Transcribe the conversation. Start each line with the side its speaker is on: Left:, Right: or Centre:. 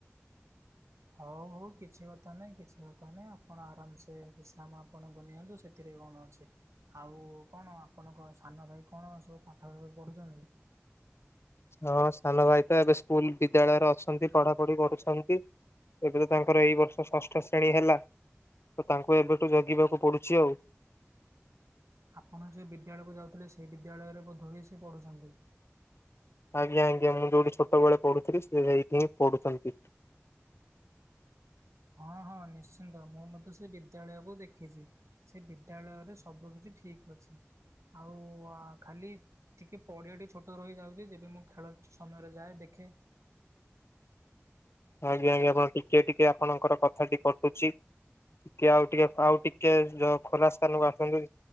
Right: ହଉ ହଉ କିଛି କଥା ନାହିଁ କିଛି କଥା ନାହିଁ ଆପଣ ଆରାମସେ ବିଶ୍ରାମ ଆପଣଙ୍କୁ ନିଅନ୍ତୁ ସେଥିରେ କଣ ଅଛି ଆଉ କଣ ଆପଣଙ୍କ ସାନ ଭାଇ କଣ ସବୁ ପାଠ ପଢୁଛନ୍ତି?
Left: ହଁ ସାନ ଭାଇ ତ ଏବେ ସ୍କୁଲ ବିଦ୍ୟାଳୟରେ ଅଛନ୍ତି ପଢାପଢି କରୁଛନ୍ତି। ଏବେ ତ ତାଙ୍କର ଏଇ ବର୍ଷ ଷଷ୍ଠ ଶ୍ରେଣୀ ହେଲା ତ ତାଙ୍କୁ ଏବେଠୁ ଜଗିବାକୁ ପଡୁଛି ଆଉ
Right: ଆପଣ ସେ ବିଦ୍ୟାଳୟକୁ ଯାଉଥିଲେ ସେଇ ବିଦ୍ୟାଳୟରେ ବୋଧ ହୋଇ ସେ ପଢୁଛନ୍ତି
Left: ଆଜ୍ଞା ଆଜ୍ଞା ମୁଁ ଯୋଉଠି ଛୋଟ ବଳେ ପଢୁଥିଲି ସେ ସେଇଠି ହିଁ ପଢୁଛନ୍ତି <inaudible>
Right: ହଁ ହଁ ନିଶ୍ଚିନ୍ତ ମୁଁ ମଧ୍ୟ ସେ ବିଦ୍ୟାଳୟକୁ ଦେଖିଛି ସେ ବିଦ୍ୟାଳୟରେ ସବୁ କିିଛି ଠିକ୍ ଅଛି ଆଉ ଖାଲି ଟିକେ ପଡ଼ିଆଟି ଛୋଟ ରହିଯାଉଛି ଯେବେ ମୁଁ ଖେଳ ସମୟରେ ଯାଏ ଦେଖେ
Left: <inaudible> ଆଜ୍ଞା ଆଜ୍ଞା ଆପ ଟିକେ ଟିକେ ଆପଣଙ୍କର କଥାଟି କଟୁଛି ଟିକେ ଆଉ ଟିକେ ଆଉ ଟିକେ ଯ ଖୋଲା ସ୍ଥାନକୁ ଆସନ୍ତୁ